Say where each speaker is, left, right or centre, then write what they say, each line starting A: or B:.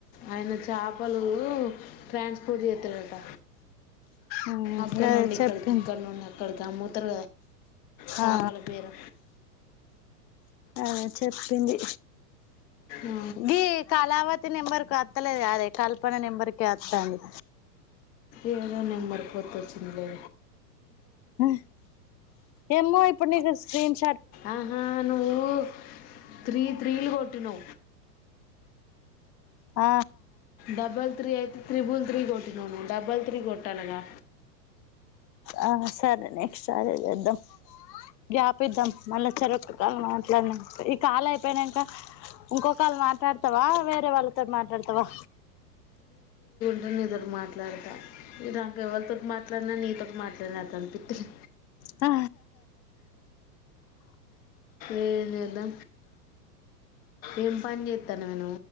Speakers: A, on the left; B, on the left.
A: ఆయన చాపలు ట్రాన్స్పోర్ట్ చేస్తాడంట
B: ఉమ్
A: అక్కడ
B: గదే
A: నుండి
B: చెప్పింది
A: ఇక్కడి కీ ఇక్కనుండి ఆ మాత్ త్ర చేపల
B: ఆ
A: పేరు
B: ఆ చెప్పింది
A: ఆ
B: గీ కళవతి నెంబర్కి వత్తలేదు గదే కల్పన నెంబర్కి అత్తాంది.
A: ఏదో నెంబర్ కొత్త చిలే
B: హ ఏమ్మో ఇప్పుడు నీ ఇ <inaudible>
A: ఆహా నువ్వు త్రీ త్రీలు కొట్టినో
B: ఆ
A: డబల్ త్రీ యిట్ త్రిబుల్ త్రీ కొట్టినను డబల్ త్రీ కొట్టాలగా
B: ఆ సరే నెక్స్ట్ సరద్దం గ్యాపి ఇద్దాం మళ్ళ సర మాట్లాడిన ఈ కాల అయిపోయినాక. ఇంకొక వాళ్ళు మాట్లాడతావా వేరే వాళ్ళతో మాట్లాడతావా.
A: ఇప్పుడు నీతోటి మాట్లాడతా న నాక ఎవరితోటి మాట్లాడినా నీతోటి మాట్లాడిన అనిపితది
B: ఆ
A: ఏం చేద్దా ఏం పని చేస్తాను నేను్